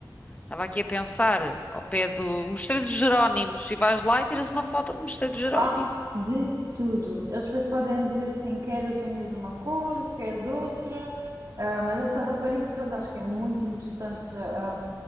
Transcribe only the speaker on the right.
bom?
Há de tudo. Eles depois podem dizer assim, quer as unhas de uma cor, quer de outra. Ah, mas essa rapariga, pronto, acho que é muito interessante, ah,